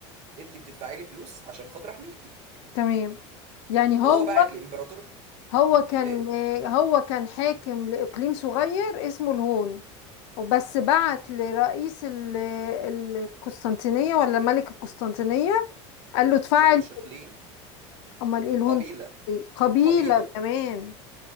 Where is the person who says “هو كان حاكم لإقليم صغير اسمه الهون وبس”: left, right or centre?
Left